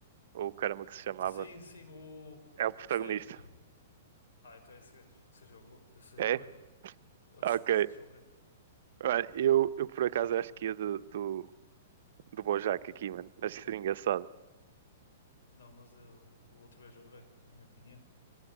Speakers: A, on the right (about 60°); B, on the left (about 80°).
A: ou o caramba que se chamava,
B: Sim, sim, o.
A: é o protagonista.
B: Sei. Ah, então é esse gajo. Seja o, ro- seja
A: É?
B: o rei. <laughs> Seja
A: Ok.
B: o rei.
A: Mano, eu, eu por acaso acho que ia do, do, do Bojack aqui, mano. Acho que seria engraçado.
B: Não, mas é o o outro gajo é o rei, na minha opinião.